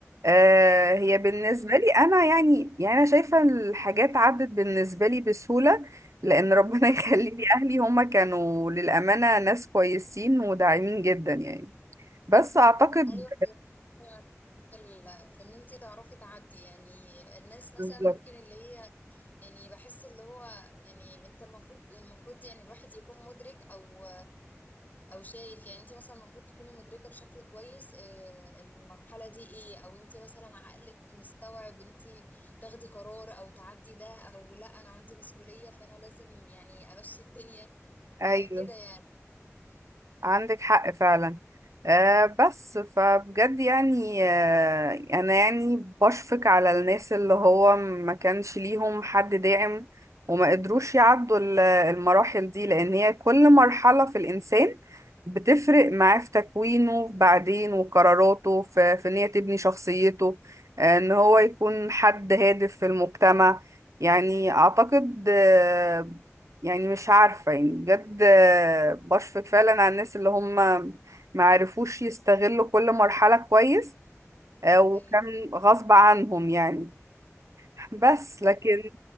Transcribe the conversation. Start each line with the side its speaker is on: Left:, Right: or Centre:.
Right: آه، هي بالنسبة
Left: أيوه.
Right: لي أنا يعني يعني أنا شايفة الحاجات عدت بالنسبة لي بسهولة لأن ربنا <laughs> يخلي لي أهلي هما كانوا للأمانة ناس كويسين وداعمين جدا يعني بس أعتقد
Left: ايوه هي الفكرة في ال- في ان انت تعرفي تعدي يعني الناس مثلا
Right: بالظبط
Left: ممكن اللي هي يعني بحس اللي هو يعني انت المفروض المفروض يعني الواحد يكون مدرك او او شايف يعني انت مثلا المفروض تكوني مدركة بشكل كويس آه، المرحلة دي ايه او انت مثلا عقلك مستوعب انت تاخدي قرار او تعدي ده او لا انا عندي مسؤولية فانا لازم يعني امشي الدنيا
Right: أيوه
Left: آه، كده يعني
Right: عندك حق فعلا آه بس فبجد يعني آه انا يعني بشفق على الناس اللي هو ما كانش ليهم حد داعم وما قدروش يعدوا ال- المراحل دي لان هي كل مرحلة في الانسان بتفرق معاه في تكوينه بعدين وقراراته في, في ان هي تبني شخصيته آه ان هو يكون حد هادف في المجتمع يعني اعتقد آه، يعني مش عارفة يعني بجد آه، بشفق فعلا على الناس اللي هم ما عرفوش يستغلوا كل مرحلة كويس آه، وكان
Left: ايوه
Right: غصب عنهم يعني بس لكن
Left: هو